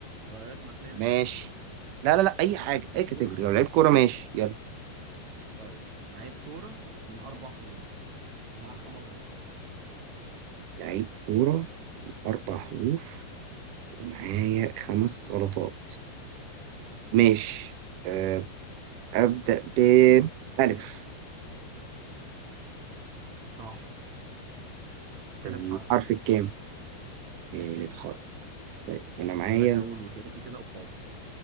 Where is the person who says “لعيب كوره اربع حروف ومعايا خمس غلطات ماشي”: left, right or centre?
Right